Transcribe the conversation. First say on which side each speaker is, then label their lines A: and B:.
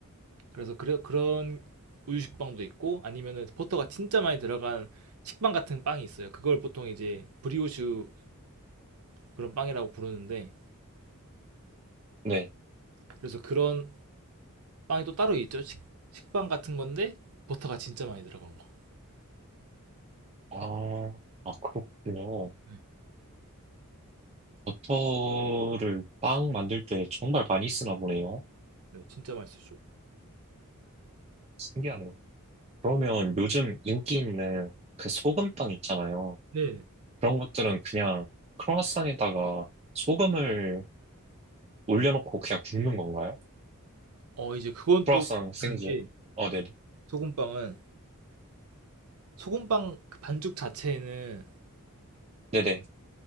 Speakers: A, on the right; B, on the right.
A: 그래서 그래, 그런 우유 식빵도 있고 아니면은 버터가 진짜 많이 들어간 식빵 같은 빵이 있어요. 그걸 보통 이제 브리오슈 그런 빵이라고 부르는데
B: 네.
A: 그래서 그런 빵이 또 따로 있죠. 식, 식빵 같은 건데 버터가 진짜 많이 들어간 거.
B: 아, 아, 그렇군요.
A: 네.
B: 버터를 빵 만들 때 정말 많이 쓰나 보네요.
A: 네, 진짜 맛있었죠.
B: 신기하네요. 그러면 요즘 인기 있는 그 소금빵 있잖아요.
A: 네.
B: 그런 것들은 그냥 크로와상에다가 소금을 올려놓고 그냥 굽는 건가요?
A: 어, 이제 그건
B: 크로와상
A: 또
B: 생지.
A: 다른 게
B: 어, 네,
A: 소금빵은 소금빵 그 반죽 자체에는
B: 네네,